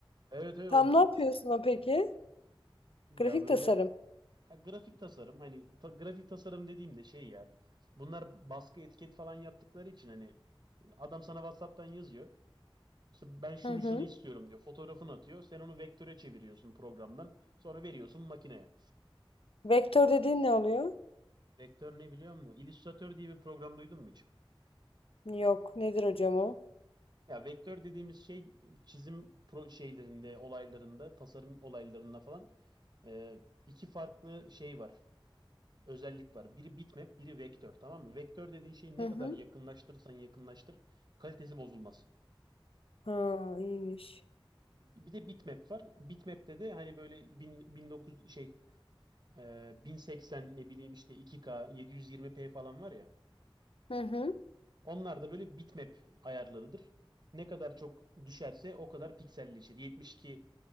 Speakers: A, on the right (about 50°); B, on the left (about 80°).
A: Evet evet
B: Tam ne yapıyorsun o peki?
A: ya
B: Grafik
A: böyle
B: tasarım.
A: Ha, grafik tasarım hani ta- grafik tasarım dediğimde şey ya bunlar baskı etiket falan yaptıkları için hani adam sana WhatsApp'tan yazıyor. İşte ben şunu
B: Hı hı.
A: şunu istiyorum diyor. Fotoğrafını atıyor. Sen onu vektöre çeviriyorsun programdan. Sonra veriyorsun makineye.
B: Vektör dediğin ne oluyor?
A: Vektör ne biliyor musun? Illustrator diye bir program duydun mu hiç?
B: Yok. Nedir hocam o?
A: Ya vektör dediğimiz şey çizim pro şeylerinde, olaylarında, tasarım olaylarında falan e, iki farklı şey var. özellik var. Biri bitmap, biri vektör tamam mı? Vektör dediğin şeyi ne
B: Hı
A: kadar
B: hı.
A: yakınlaştırırsan yakınlaştır kalitesi bozulmaz.
B: Ha, iyiymiş.
A: Bir de bitmap var. Bitmap'te de hani böyle 1000, 1900 şey e, 1080 ne bileyim işte 2K 720p falan var ya.
B: Hı hı.
A: Onlar da böyle bitmap ayarlarıdır. Ne kadar çok düşerse o kadar pikselleşir. 72